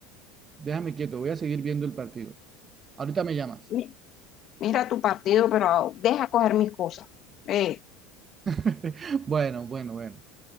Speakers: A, on the right (about 30°); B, on the left (about 40°).
A: déjame quieto. Voy a seguir viendo el partido. Ahorita me llamas.
B: Mi- Mira tu partido, pero deja coger mis cosas. Eh.
A: <laughs> Bueno, bueno, bueno.